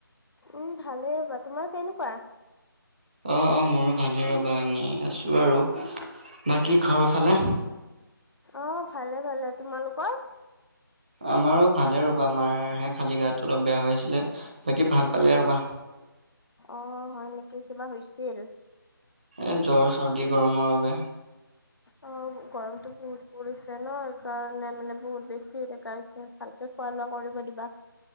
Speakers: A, on the left; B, on the right.
A: উম ভালেই বা, তোমাৰ কেনেকুৱা?
B: অঁ অঁ মোৰো ভালেই ৰবা এনেই আছো আৰু। বাকী ঘৰৰ ফালে।
A: অঁ ভালে ভালে, তোমালোকৰ?
B: আমাৰো ভালে ৰবা মাৰহে খালী গাটো অলপ বেয়া হৈ আছিলে, বাকী ভাল পালে ৰ'বা।
A: অ হয় নেকি, কিবা হৈছিল?
B: এই জ্বৰ চৰ্দি গৰমৰ বাবে।
A: অঁ গৰমটো বহুত পৰিছে ন, সেইকাৰণে মানে বহুত বেছি দেখাইছে ভালকে খোৱা লোৱা কৰিব দিবা।